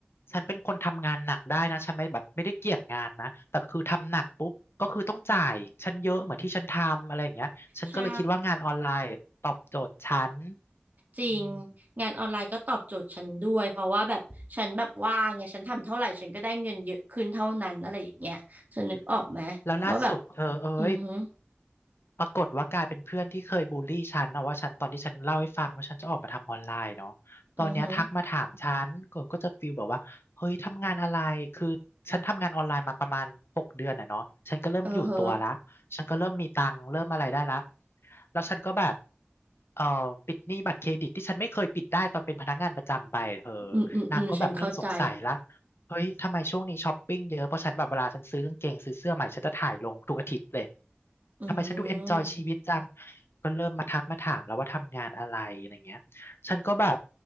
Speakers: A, on the left (about 75°); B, on the right (about 45°).
A: ฉันเป็นคนทำงานหนักได้นะฉันไม่แบบไม่ได้เกี่ยงงานนะแต่คือทำหนักปุ๊บก็คือต้องจ่ายฉันเยอะเหมือนที่ฉันทำอะไรอย่างเงี้ยฉันก็เลยคิดว่างานออนไลน์ตอบโจทย์ฉัน
B: ใช่ จริง
A: อืม
B: งานออนไลน์ก็ตอบโจทย์ฉันด้วยเพราะว่าแบบฉันแบบว่างไงฉันทำเท่าไหร่ฉันก็ได้เงินเยอะขึ้นเท่านั้นอะไรอย่างเงี้ยเธอนึกออกไหมว่าแบบ
A: แล้วล่าสุดเธอเอ้ย
B: อือหือ
A: ปรากฏว่ากลายเป็นเพื่อนที่เคยบูลลี่ฉันเอาว่าฉันตอนที่ฉันเล่าให้ฟังว่าฉันจะออกมาทำออนไลน์เนาะตอนเนี้ยทักมาถามฉันก็ก็จะฟีลแบบว่าเฮ้ยทำงานอะไรคือฉันทำงานออนไลน์มาประมาณหกเดือนอ่ะเนาะฉันก็เริ่มอยู่ตัวละฉันก็เริ่มมีตังค์เริ่มอะไรได้ละ
B: อือหือเออเหอะ
A: แล้วฉันก็แบบเอ่อปิดหนี้บัตรเครดิตที่ฉันไม่เคยปิดได้ตอนเป็นพนักงานประจำไปเธอ
B: อืมอืมอืมฉันเข้าใจ
A: นางก็แบบเริ่มสงสัยละเฮ้ยทำไมช่วงนี้ช้อปปิ้งเยอะเพราะฉันแบบเวลาฉันซื้อกางเกงซื้อเสื้อใหม่ฉันจะถ่ายลงทุกอาทิตย์เลย
B: อือหื
A: ทำไมฉันดูเอนจอยชีวิตจัง
B: อ
A: ก็เริ่มมาทักมาถามแล้วว่าทำงานอะไรอะไรเงี้ยฉันก็แบบ